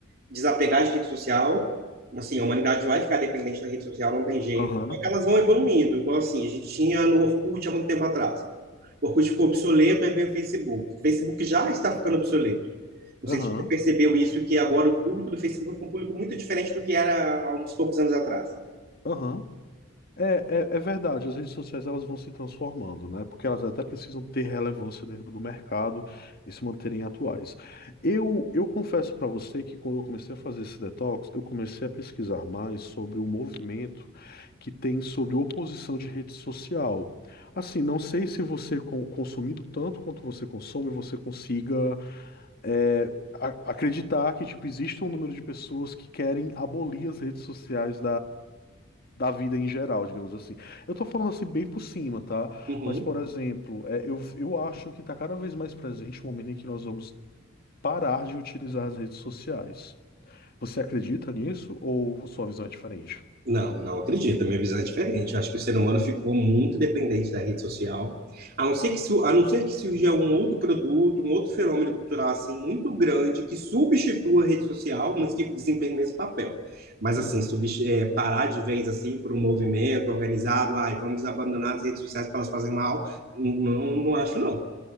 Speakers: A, on the right; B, on the left.
A: desapegar de rede social. Assim, a humanidade vai ficar dependente da rede social, não tem jeito.
B: Aham.
A: Só que elas vão evoluindo. Igual assim, a gente tinha no Orkut há muito tempo atrás. O Orkut ficou obsoleto, aí veio o Facebook. O Facebook já está ficando obsoleto. Não
B: Aham.
A: sei se você percebeu isso, que agora o público do Facebook é um público muito diferente do que era há uns poucos anos atrás.
B: Aham. É, é, é verdade, as redes sociais elas vão se transformando, né? Porque elas até precisam ter relevância dentro do mercado e se manterem atuais. Eu, eu confesso para você que quando eu comecei a fazer esse detox, eu comecei a pesquisar mais sobre o movimento que tem sobre oposição de rede social. Assim, não sei se você, con- consumindo tanto quanto você consome, você consiga é, a- acreditar que tipo, existe um número de pessoas que querem abolir as redes sociais da vida em geral, digamos assim. Eu tô falando assim bem por cima, tá?
A: Uhum.
B: Mas, por exemplo, é, eu, eu acho que tá cada vez mais presente o momento em que nós vamos parar de utilizar as redes sociais. Você acredita nisso ou sua visão é diferente?
A: Não, não acredito. A minha visão é diferente. Eu acho que o ser humano ficou muito dependente da rede social. A não ser que, su- a não ser que surja um outro produto, um outro fenômeno cultural assim muito grande que substitua a rede social, mas que desempenhe o mesmo papel. Mas
B: Uhum.
A: assim, subst- eh, parar de vez assim por um movimento organizado, ai, vamos abandonar as redes sociais para elas fazerem mal, n- não, não acho não.